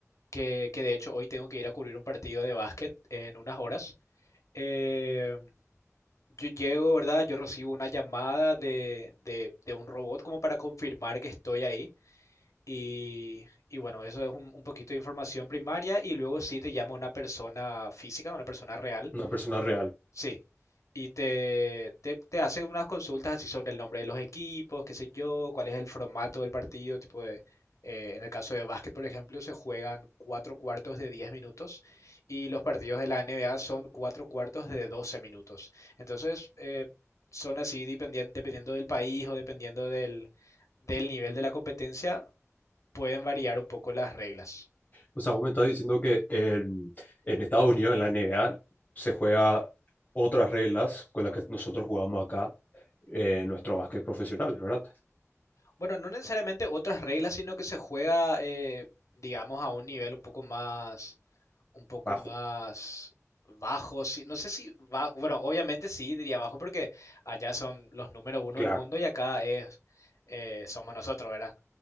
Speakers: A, on the left (about 80°); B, on the left (about 30°).
A: que, que de hecho hoy tengo que ir a cubrir un partido de básquet en unas horas, eh, yo llego, ¿verdad? Yo recibo una llamada de, de, de un robot como para confirmar que estoy ahí. Y, y bueno, eso es un, un poquito de información primaria y luego sí te llama una persona física, una persona real,
B: Una persona real.
A: Sí, y te, te, te hace unas consultas así sobre el nombre de los equipos, qué sé yo, cuál es el formato del partido, tipo de, eh, en el caso de básquet, por ejemplo, se juegan cuatro cuartos de 10 minutos y los partidos de la NBA son cuatro cuartos de 12 minutos. Entonces, eh, son así dependien- dependiendo del país o dependiendo del, del nivel de la competencia, pueden variar un poco las reglas.
B: O sea, vos me estás diciendo que en, en Estados Unidos, en la NBA, se juega otras reglas con las que nosotros jugamos acá eh, en nuestro básquet profesional, ¿verdad?
A: Bueno, no necesariamente otras reglas, sino que se juega, eh, digamos, a un nivel un poco más un poco
B: Bajo,
A: más bajo, sí, no sé si va, bueno, obviamente sí diría bajo porque allá son los número uno
B: claro.
A: del mundo y acá es eh, somos nosotros, ¿verdad?